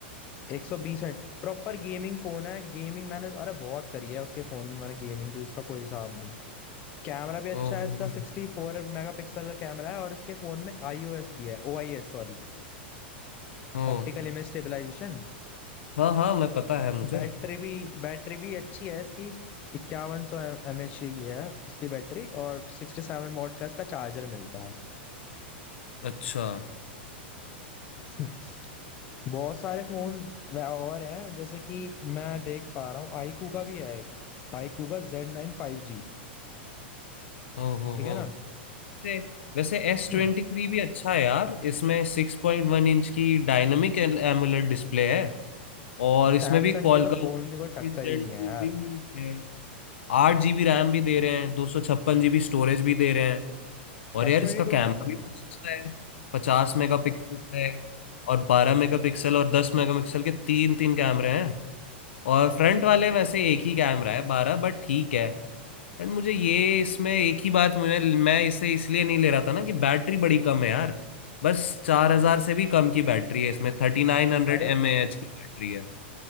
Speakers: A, on the left; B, on the left.
A: एक सौ बीस हर्ट प्रॉपर गेमिंग फोन है गेमिंग मैंने अरे बहुत करी है उसके फोन में मैंने गेमिंग तो इसका कोई हिसाब नहीं कैमरा भी अच्छा
B: ओ हो
A: है इसका
B: हो,
A: सिक्सटी फोर मेगा पिक्सल का कैमरा है और इसके फोन में आईओएस भी है OIS sorry
B: हो।
A: optical image stabilization
B: हाँ हाँ मैं पता है मुझे
A: Battery भी बैटरी भी अच्छी है इसकी इक्यावन सौ एमएच की है इसकी बैटरी और सिक्सटी सेवन वॉट का इसका चार्जर मिलता
B: अच्छा
A: है <laughs> बहुत सारे फोन और हैं जैसे कि मैं देख पा रहा हूँ आईकू का भी है एक आईकू का जेड नाइन फाइव जी
B: ओ हो
A: ठीक
B: हो
A: है ना
B: वैसे वैसे एस
A: <clears throat> <laughs>
B: ट्वेंटी थ्री भी अच्छा है यार इसमें सिक्स पॉइंट वन इंच की डायनामिक एमुलेट डिस्प्ले है और
A: सैमसंग
B: इसमें भी Qualcomm
A: के तो फोन की कोई टक्कर
B: Gen
A: ही नहीं
B: 2
A: है यार
B: भी है आठ जीबी रैम भी दे रहे हैं दो सौ छप्पन जीबी स्टोरेज भी दे रहे हैं और
A: एस
B: यार
A: ट्वेंटी
B: इसका
A: टू
B: कैमरा
A: में
B: भी बहुत अच्छा है पचास मेगापिक्सल का है और बारह मेगापिक्सल और दस मेगापिक्सल के तीन तीन कैमरे हैं और फ्रंट वाले वैसे एक ही कैमरा है बारह बट ठीक है एंड मुझे ये इसमें एक ही बात मुझे मैं इसे इसलिए नहीं ले रहा था ना कि बैटरी बड़ी कम है यार बस चार हजार से भी कम की बैटरी है इसमें थर्टी नाइन हंड्रेड
A: अरे
B: एम ए एच की बैटरी है